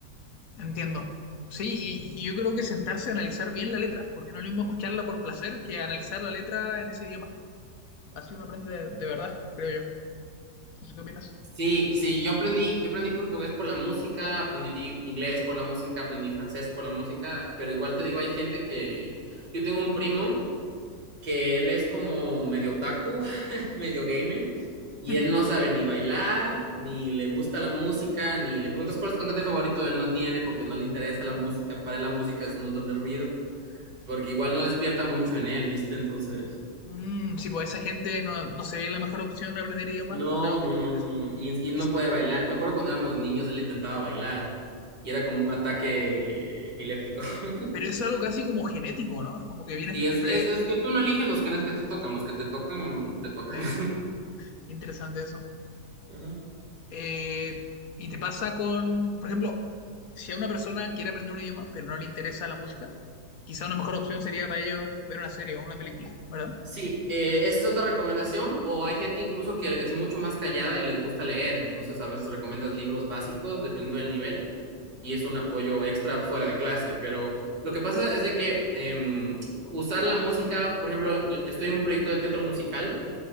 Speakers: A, on the left (about 55°); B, on the right (about 70°).
A: Entiendo. Sí, y, y yo creo que sentarse a analizar bien la letra, porque no es lo mismo escucharla por placer que analizar la letra en ese idioma. Así uno aprende de, de verdad, creo yo. No sé qué opinas.
B: Sí, sí, yo aprendí, yo aprendí portugués por la música, aprendí inglés por la música, aprendí francés por la música, pero igual te digo, hay gente que, yo tengo un primo que él es como medio otaku, <laughs> medio gamer, y
A: <laughs>
B: él no sabe ni bailar, ni le gusta la música, ni le preguntas cuál es tu cantante favorito, él no tiene porque no le interesa la música, para él la música es un montón de ruido, porque igual no despierta mucho en él, ¿viste? Entonces...
A: Mm, sí, pues esa gente no, no sería la mejor opción aprender idiomas
B: No,
A: con algo
B: no,
A: que no
B: no,
A: interesa.
B: no, no, no. Y, y no
A: Es-
B: puede bailar. Me acuerdo cuando éramos niños, él intentaba bailar y era como un ataque epiléptico. <laughs>
A: pero es algo casi como genético, ¿no? Es como que vienes
B: Sí, es,
A: pre...
B: es, es que tú no eliges los genes que te tocan, los que te tocan, te tocan.
A: eh,
B: <laughs>
A: interesante eso.
B: Ajá.
A: Eh, y te pasa con, por ejemplo, si a una persona quiere aprender un idioma, pero no le interesa la música, quizá una mejor opción sería para ellos ver una serie o una película, ¿verdad?
B: Sí, eh, esa es otra recomendación, o hay gente incluso que es mucho más callada y les gusta leer, entonces a veces recomiendas libros básicos, dependiendo del nivel, y es un apoyo extra fuera de clase, pero lo que pasa es de que em, usar la música, por ejemplo, en- estoy en un proyecto de teatro musical